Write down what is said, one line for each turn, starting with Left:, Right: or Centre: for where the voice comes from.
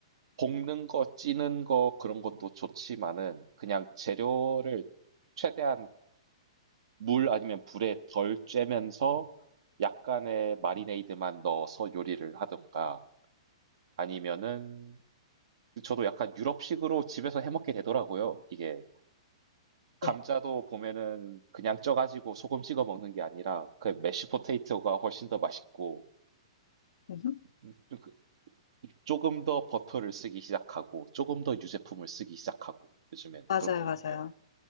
Right: 볶는 거, 찌는 거 그런 것도 좋지만은 그냥 재료를 최대한 물 아니면 불에 덜 쬐면서 약간의 마리네이드만 넣어서 요리를 하던가 아니면은 저도 약간 유럽식으로 집에서 해 먹게 되더라고요. 이게 감자도
Left: 네.
Right: 보면은 그냥 쪄가지고 소금 찍어 먹는 게 아니라 그 메쉬 포테이토가 훨씬 더 맛있고
Left: 음,
Right: 음, 그 조금 더 버터를 쓰기 시작하고 조금 더 유제품을 쓰기 시작하고 요즘엔
Left: 맞아요,
Right: 그런 것 같아요.
Left: 맞아요.